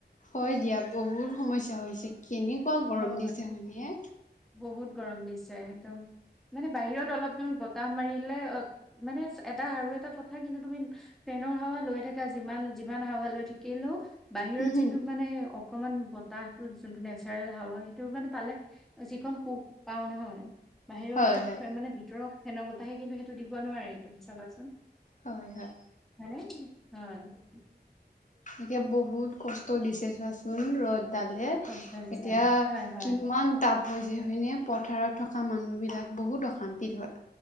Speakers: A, on the left; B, in the centre.
A: হয় দিয়া বহুত সমস্যা হৈছে কেনেকুৱা গৰম
B: হয়।
A: দিছে হয়নে
B: বহুত গৰম দিছে একদম মানে বাহিৰত অলপ তুমি বতাহ মাৰিলে অ মানে এটা আৰু এটা কথা কিন্তু তুমি পে ফেনৰ হাৱা লৈ থকা যিমান যিমান হাৱা লৈ থাকিলেও বাহিৰৰ
A: উম
B: যিটো মানে অকমান বতাহটো যোনটো নেচাৰেল হাৱা সেইটো মানে পালে যিকণ সুখ পাও নহয় বাহিৰৰ
A: হয়
B: সেইটো
A: হয়
B: ফে মানে ভিতৰৰ ফেনৰ বতাহে কিন্তু সেইটো দিব নোৱাৰে তুমি চাবাচোন
A: হয় হয়
B: হয় নে হয়
A: এতিয়া বহুত কষ্ট দিছে চোৱাচোন ৰ'দ দালে
B: কষ্ট দিছে
A: এতিয়া
B: হয় হয়
A: কিমান তাপ হৈছে হয়নে পথাৰত থকা মানুহবিলাক বহুত অশান্তিৰ হয়